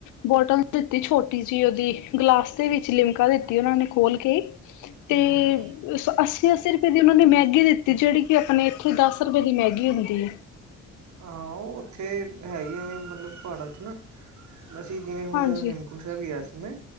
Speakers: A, on the left (about 80°); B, on the right (about 70°).
A: ਬੋਟਲ ਦਿੱਤੀ ਛੋਟੀ ਜਿਹੀ ਉਹਦੀ ਗਲਾਸ ਦੇ ਵਿੱਚ ਲਿਮਕਾ ਦਿੱਤੀ ਉਹਨਾਂ ਨੇ ਖੋਲ ਕੇ ਤੇ
B: ਹੂੰ।
A: ਅੱਸੀ ਅੱਸੀ ਰੁਪਏ ਦੀ ਉਹਨਾਂ ਨੇ ਮੈਗੀ ਦਿੱਤੀ ਜਿਹੜੀ ਕਿ ਆਪਣੇ ਇੱਥੇ ਦਸ ਰੁਪਏ ਦੀ ਮੈਗੀ ਹੁੰਦੀ ਹੈ।
B: ਹਾਂ ਉਹ ਉੱਥੇ ਹੈਗੇ ਨੇ ਮਤਲਬ ਪਹਾੜਾਂ 'ਚ ਨਾ ਅਸੀਂ ਜਿਵੇਂ ਹੁਣ
A: ਹਾਂਜੀ
B: ਹੇਮਕੁੰਟ ਸਾਹਿਬ ਗਿਆ ਸੀ। ਮੈਂ